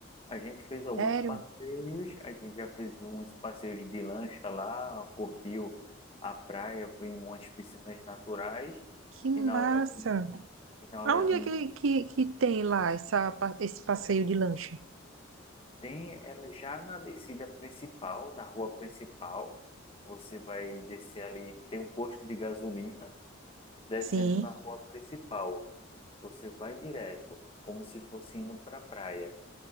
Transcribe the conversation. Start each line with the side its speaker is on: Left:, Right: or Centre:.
Left: A gente fez alguns
Right: Sério?
Left: passeios, a gente já fez uns passeios de lancha lá, curtiu a praia, foi em umas piscinas naturais
Right: Que massa!
Left: e na hora e na hora
Right: Aonde
Left: de
Right: é que, que, que tem lá essa, pa- esse passeio de lancha?
Left: Tem ela já na descida principal, na rua principal, você vai descer ali, tem um posto de gasolina, descendo
Right: Sim,
Left: na rua principal. Você vai direto, como se fosse indo para a praia.